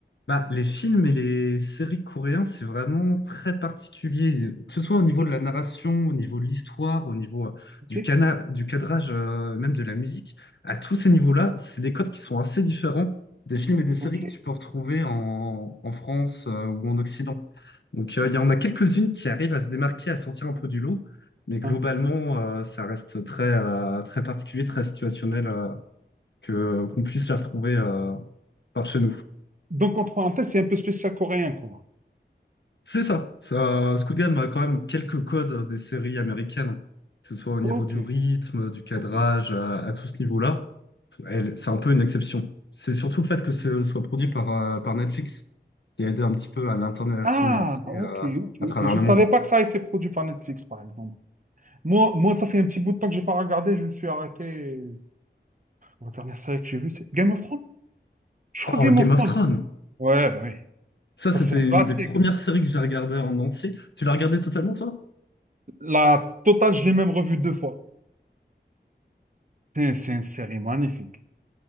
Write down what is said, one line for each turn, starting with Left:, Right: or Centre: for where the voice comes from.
Left: Bah, les films et les séries coréens, c'est vraiment très particulier, que ce soit au niveau
Right: Ok,
Left: de la narration, au niveau de l'histoire, au niveau euh,
Right: ok,
Left: du cana- du cadrage, euh, même de la musique. À tous ces niveaux-là, c'est des codes qui sont assez différents des films et des séries
Right: ok.
Left: que tu peux retrouver en, en France, euh, ou en Occident. Donc, euh, il y en a quelques-unes qui arrivent à se démarquer, à sortir un peu du lot, mais globalement,
Right: Hein.
Left: euh, ça reste très, euh, très particulier, très situationnel, euh, que, qu'on puisse les retrouver, euh, par chez nous.
Right: Donc, entre parenthèses, c'est un peu spécial coréen, quoi.
Left: C'est ça. Ça, Squid Game a quand même quelques codes des séries américaines, que ce soit au niveau
Right: Ok,
Left: du rythme, du cadrage,
Right: ok.
Left: à, à tout ce niveau-là. Elle, c'est un peu une exception. C'est surtout le fait que ce soit produit par, euh, par Netflix qui a aidé un petit peu à l'internationaliser
Right: Ah, ok,
Left: euh,
Right: ok,
Left: à travers
Right: ok. Je
Left: le
Right: ne savais
Left: monde.
Right: pas que ça a été produit par Netflix, par exemple. Moi, moi, ça fait un petit bout de temps que j'ai pas regardé, je me suis arrêté. La dernière série que j'ai vue, c'est Game of Thrones. Je crois
Left: Oh,
Right: Game
Left: Game
Right: of Thrones.
Left: of Thrones!
Right: Ouais, bah oui.
Left: Ça,
Right: Ça,
Left: c'était
Right: c'est un
Left: une
Right: classique.
Left: des premières séries que j'ai regardées en entier. Tu l'as regardée totalement, toi?
Right: La totale, je l'ai même revue deux fois. C'est c'est une série magnifique.